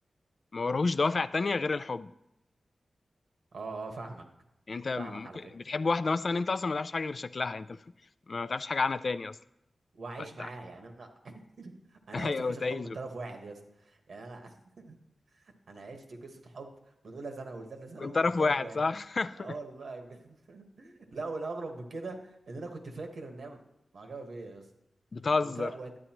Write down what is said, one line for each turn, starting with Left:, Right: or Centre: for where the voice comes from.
Left: ما وراهوش دوافع تانية غير الحب
Right: اه اه فاهمك
Left: يعني انت
Right: فاهمك
Left: ممكن
Right: على فكره
Left: بتحب واحده مثلا انت اصلا ما تعرفش حاجه غير شكلها انت <laughs> ما تعرفش حاجه عنها تاني اصلا
Right: وعايش
Left: انت
Right: معاه يعني انا <laughs> انا
Left: <laughs>
Right: عشت
Left: ايوه
Right: قصه
Left: تعيزه
Right: حب من طرف واحد يا اسطى يعني انا <laughs> انا عشت قصه حب من اولى ثانوي وثالثه ثانوي
Left: من طرف
Right: من طرف
Left: واحد
Right: واحد
Left: صح <laughs>
Right: اه والله بجد <laughs> لا والاغرب من كده ان انا كنت فاكر ان هي معجبه بيا يا اسطى
Left: بتهزر
Right: وت... وت...